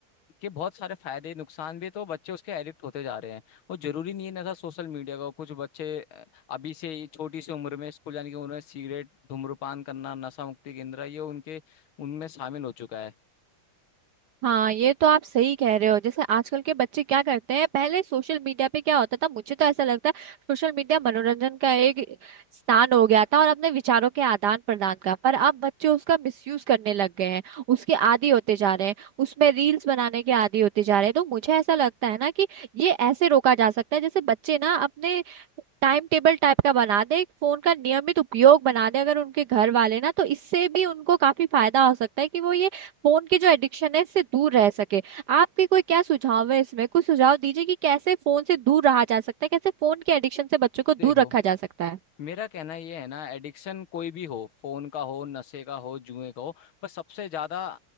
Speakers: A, on the left; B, on the right.
A: के बहुत सारे फायदे नुकसान भी तो बच्चे उसके एडिक्ट होते जा रहे हैं वो जरूरी नहीं है ना था सोशल मीडिया का कुछ बच्चे अ, अभी से ही छोटी सी उम्र में स्कूल जाने की उम्र में सिगरेट धूम्रपान करना नशा मुक्ति केंद्र ये उनके उनमें शामिल हो चुका है
B: हाँ ये तो आप सही कह रहे हो जैसे आजकल के बच्चे क्या करते हैं पहले सोशल मीडिया पे क्या होता था मुझे तो ऐसा लगता है सोशल मीडिया मनोरंजन का एक स्थान हो गया था और अपने विचारों के आदान प्रदान का पर अब बच्चे उसका मिसयूज करने लग गए हैं उसके आदी होते जा रहे हैं उसमें रील्स बनाने के आदी होते जा रहे हैं तो मुझे ऐसा लगता है ना कि ये ऐसे रोका जा सकता है जैसे बच्चे ना अपने टाइम टेबल टाइप का बना दे एक फोन का नियमित उपयोग बना दे अगर उनके घर वाले ना तो इससे भी उनको काफी फायदा हो सकता है कि वो ये फोन की जो एडिक्शन है इससे दूर रह सके आपके कोई क्या सुझाव है इसमें कुछ सुझाव दीजिए कि कैसे फोन से दूर रहा जा सकता है कैसे फोन के एडिक्शन से बच्चों को दूर
A: देखो
B: रखा जा सकता है
A: मेरा कहना ये है ना एडिक्शन कोई भी हो फोन का हो नशे का हो जुए का हो पर सबसे ज्यादा